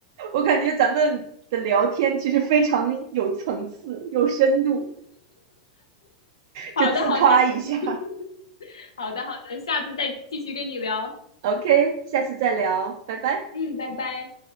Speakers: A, on the right (about 55°); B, on the left (about 75°).
A: 我感觉咱们的聊天其实非常有层次、有深度，
B: 好的，
A: 就自夸一下。
B: 好的，<laughs> 好的，好的，下次再继续跟你聊。
A: <laughs> OK，下次再聊，拜拜。
B: 嗯，拜拜。